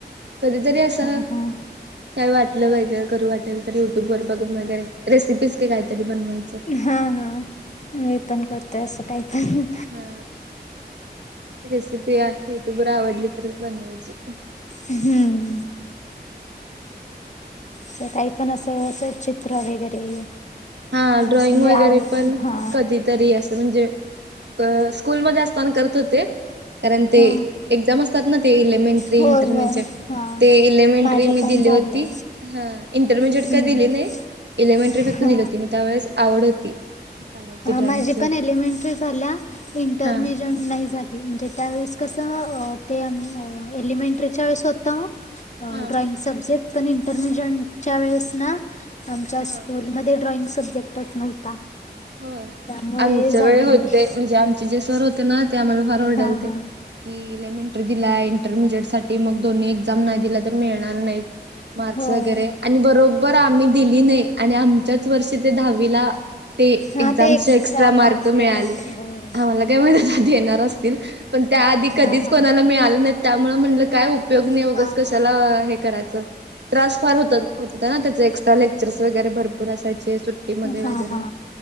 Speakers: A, on the right; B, on the left.
A: कधीतरी असं.
B: हा हा
A: काय वाटलं पाहिजे करू वाटेल तर युट्यूब वर बघून वगैरे, रेसिपीज काय काहीतरी बनवायचं.
B: हा-हा, मी पण करते असं काही तरी.
A: हा, रेसिपी आहे, युट्युबवर आवडली तर बनवायची.
B: हम्म. सकाळी पण असं, असं चित्र वगैरे.
A: हा ड्रॉइंग
B: असं म्हणजे
A: वगैरे
B: आवडतं
A: पण,
B: हा
A: कधीतरी असं म्हणजे. अ स्कूलमध्ये असताना करत होते. कारण ते,
B: हा
A: एक्झाम असतात ना ते एलिमेंट्री,
B: होय
A: इंटरमिजिएट
B: होय हा
A: ते एलिमेंट्री
B: माझे
A: मी
B: पण
A: दिली
B: झालं
A: होती. हा, इंटरमिजेएट
B: हम्म
A: का दिली नाही, इलेमेंटरी
B: हा
A: फक्त दिली होती, त्यावेळेस आवड होती. काढायची ड्रॉइंगच
B: माझी पण इलिमेंट्रि झाल्या, इंटरमेजेन्ट
A: हा
B: नाही झाली. म्हणजे, त्यावेळेस कसं ते एलिमेंटरीच्या वेळेस होत.
A: हा
B: ड्रॉइंग सब्जेक्ट पण इंटरमिजेटच्या वेळेस ना. आमच्या
A: हा
B: स्कूलमध्ये ड्रॉइंग सब्जेक्टच नव्हता.
A: होय,
B: त्यामुळे
A: आमच्या
B: झाले
A: वेळी होते,
B: नाही
A: म्हणजे आमचे जे सर होते ना ते आम्हाला फार ओरडाल
B: हा
A: ते.
B: हा
A: की इलेमेंट्री दिलाय, इंटरमिजेएट साठी मग दोन्ही एक्झाम नाही दिला तर मिळणार नाहीत. माकर्स
B: होय
A: वगैरे आणि बरोबर आम्ही दिली नाही, आणि आमच्याच वर्षी ते दहावीला ते
B: हा
A: एक्झामच
B: ते
A: एक्स्ट्रा मार्क
B: मार्क्स देत
A: मिळाले,
B: होते होय
A: आम्हाला काय माहित देणार असते पण त्या आधी कधीच
B: हा हा.
A: कोणाला मिळालं नाही, त्यामुळे म्हंलं काय उपयोग नाही उगच
B: हा
A: कशाला
B: हा.
A: हे करायच च. ट्रान्सफार होत होता ना, त्याचे एक्स्ट्रा लेक्चर्स वगैरे भरपूर असयचे सुट्टीमध्ये
B: हा
A: वगैरे.
B: हा